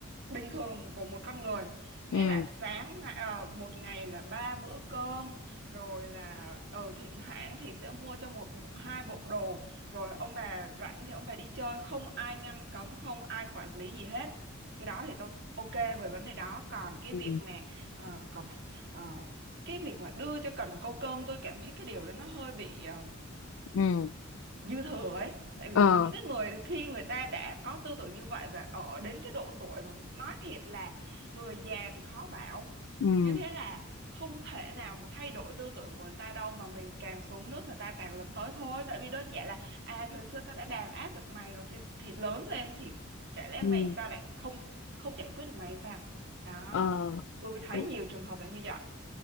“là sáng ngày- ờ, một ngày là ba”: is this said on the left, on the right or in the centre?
Right